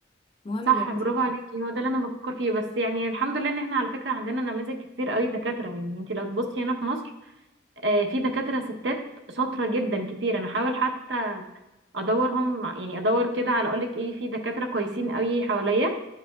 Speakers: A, on the left; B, on the right.
A: مهم
B: صح
A: يبقى في
B: برافو
A: ستات
B: عليكي هو ده اللي انا بفكر فيه بس يعني الحمد لله ان احنا على فكره عندنا نماذج كتير قوي دكاتره يعني انت لو تبصي هنا في مصر آه، في دكاتره ستات شاطره جدا كتير انا حاول حتى ادورهم يعني ادور كده على اقول لك ايه في دكاتره كويسين قوي حواليا